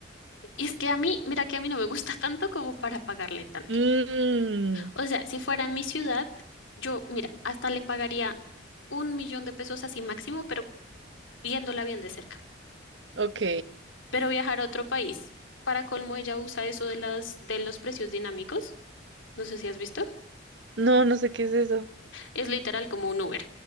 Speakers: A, on the left; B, on the right.
A: Y es que a mí, mira que a mí no me gusta tanto como para pagarle tanto.
B: Mmm,
A: O sea, si fuera mi ciudad, yo, mira, hasta le pagaría un millón de pesos así máximo, pero viéndola bien de cerca.
B: ok.
A: Pero viajar a otro país, para colmo ella usa eso de las, de los precios dinámicos. No sé si has visto.
B: No, no sé qué es eso.
A: Es literal como un Uber.